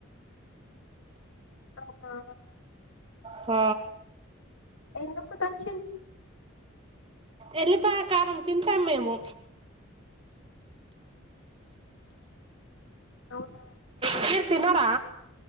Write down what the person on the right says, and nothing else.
హ
ఎల్లిపా కారం తింటాం మేము
మీరు తినార